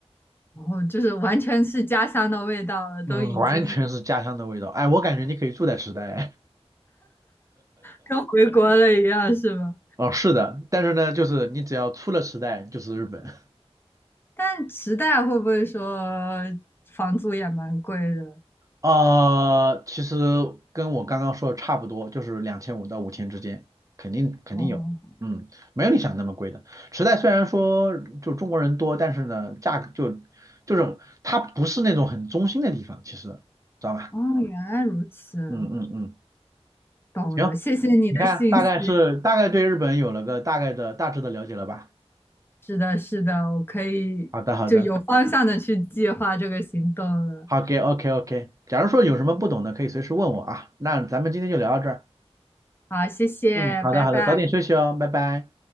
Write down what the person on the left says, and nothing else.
然后就是完全是家乡的味道了，都已经
跟回国了一样，是吧？
但池袋会不会说房租也蛮贵的？
哦
哦，原来如此，
懂了，
谢谢你的信息。
是的，是的，我可以就有方向的去计划这个行动了。
好，谢谢，
拜拜。